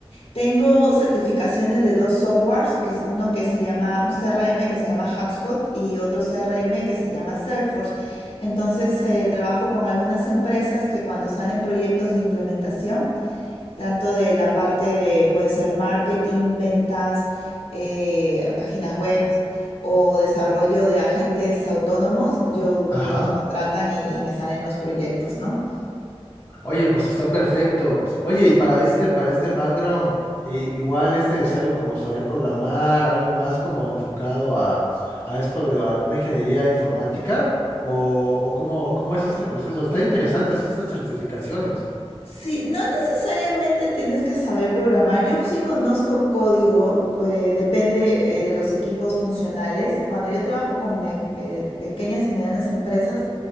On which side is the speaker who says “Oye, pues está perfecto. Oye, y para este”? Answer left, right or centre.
Left